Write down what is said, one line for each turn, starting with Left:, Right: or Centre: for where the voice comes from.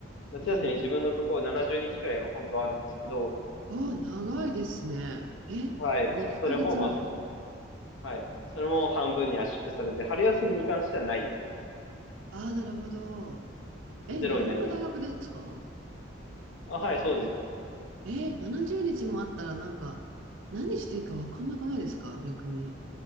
Left: 夏休み自分のところ70日くらいは本当はあるんですけど、
Right: おうあー、長いですね。え、
Left: はい。
Right: 2ヶ月ぐらい
Left: まあ、それも、まあ、はい。それも半分に圧縮されて、春休みに関してはないですね。
Right: ああなるほど。
Left: もうゼロになりますね。
Right: え、日本の大学ですか
Left: あ、はい、そうです。
Right: えー、70日もあったらなんか、何していいか分かんなくないですか逆に。